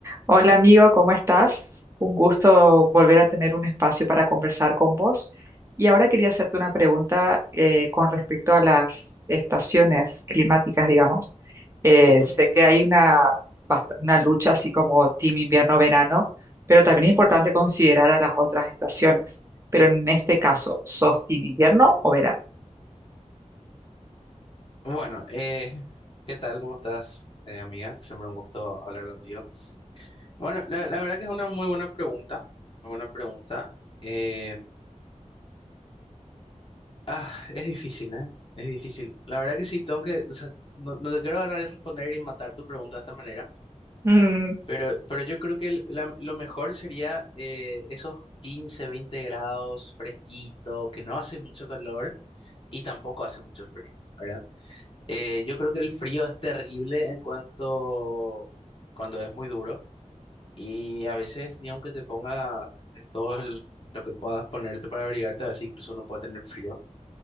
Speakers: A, on the right (about 20°); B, on the left (about 45°).
A: Hola amigo, ¿cómo estás? Un gusto volver a tener un espacio para conversar con vos. Y ahora quería hacerte una pregunta eh, con respecto a las estaciones climáticas, digamos. Eh,
B: Ujú.
A: sé que hay una, bast- una lucha así como team invierno-verano, pero también es importante considerar a las otras estaciones. Pero en este caso, ¿sos team invierno o verano?
B: Bueno, eh, ¿qué tal? ¿Cómo estás, eh, amiga? Siempre un gusto hablar contigo. Bueno, la, la verdad que es una muy buena pregunta, una buena pregunta. Eh, ah, es difícil, ¿eh? Es difícil. La verdad que sí, tengo que, o sea, no, no te quiero agarrar y responder y matar tu pregunta de esta manera,
A: Mm,
B: pero, pero yo creo que el- la- lo mejor sería eh, esos 15, 20 grados, fresquito, que no hace mucho calor y tampoco hace mucho frío, ¿verdad? Eh, yo creo que el frío es terrible en cuanto cuando es muy duro y a veces ni aunque te ponga de todo el- lo que puedas ponerte para abrigarte, a veces incluso uno puede tener frío.